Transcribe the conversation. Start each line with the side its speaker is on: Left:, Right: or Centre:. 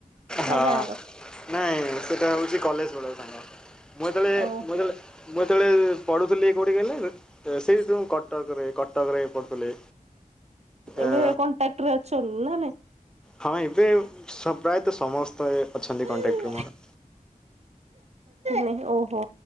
Right: ନା
Centre: ହଁ
Right: ଗାଁର
Centre: ନାଇଁ ସେଟା ହଉଛି କଲେଜ୍ ବେଳର ସାଙ୍ଗ। ମୁଁ ଯେତେବେଳେ
Right: ଓ
Centre: ମୁଁ ଯେତେବେଳେ ମୁଁ ଯେତବେଳେ ପଢ଼ୁଥିଲି କୋଉଠି କହିଲ ସେଇ <unintelligible> କ ଟକ୍ ରେ କଟକ୍ ରେ ପଢ଼ୁଥିଲେ
Right: ଏବେ
Centre: ଆ
Right: କଣ୍ଟାକ୍ଟରେ ଅଛନ୍ତି ନା
Centre: ହଁ ଏବେ ସ ପ୍ରାୟତ ସମସ୍ ପ୍ରାଏ ଅଛନ୍ତି
Right: ନାଇଁ?
Centre: କଣ୍ଟାକ୍ଟ୍ ରେ ମୋର।
Right: ନେହି ଓହୋ